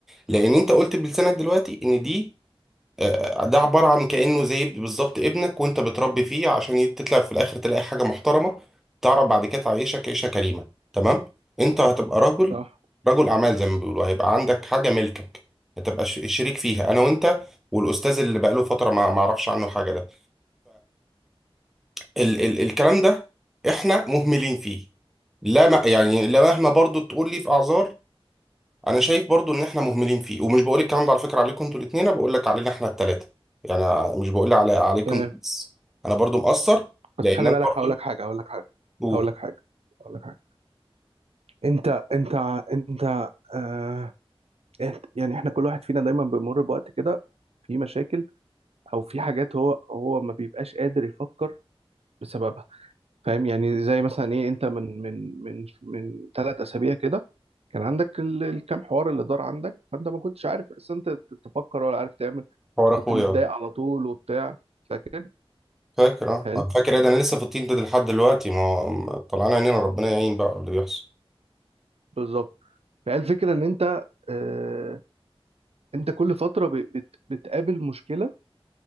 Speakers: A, in the centre; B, on the right (about 85°).
A: لان انت قلت بلسانك دلوقتي ان دي آه، ده عبارة عن كأنه زي بالظبط ابنك وانت بتربي فيه عشان تطلع في الآخر تلاقي حاجة محترمة تعرف بعد كده تعيشك عيشة كريمة تمام انت هتبقى رجل
B: صح
A: رجل أعمال زي ما بيقولوا هيبقى عندك حاجة ملكك هتبقى ش- شريك فيها أنا وانت والأستاذ اللي بقاله فترة ما ما أعرفش عنه حاجة ده فالكلام ده احنا مهملين فيه لا ما يعني لا مهما برضو تقول لي في أعذار انا شايف برضو ان احنا مهملين فيه ومش بقول الكلام ده على فكره عليكم انتوا الاثنين انا بقول لك علينا احنا الثلاثه يعني أنا مش بقول على عليكم
B: فاهم
A: انتوا بس انا برضو مقصر
B: بس
A: لان
B: خلي
A: انا
B: بالك
A: برضو
B: هقول لك حاجه هقول لك حاجه
A: بقول
B: هقول لك حاجه هقول لك حاجه انت انت انت آه إنت- يعني احنا كل واحد فينا دايما بيمر بوقت كده في مشاكل او في حاجات هو هو ما بيبقاش قادر يفكر بسببها فاهم يعني زي مثلا ايه انت من من من من ثلاث اسابيع كده كان عندك ال- الكام حوار اللي دار عندك فانت ما كنتش عارف اصلا انت ت- تفكر ولا عارف تعمل
A: حوار
B: كنت
A: اخويا
B: متضايق
A: أهو.
B: على طول وبتاع فاكر
A: فاكر اه
B: حلو
A: أنا فاكر إيه ده انا لسه في الطين ده لحد دلوقتي ما ما- طلعنا عينينا ربنا يعين بقى اللي بيحصل
B: بالظبط فهي الفكره ان انت آه انت كل فتره ب- بت بتقابل مشكله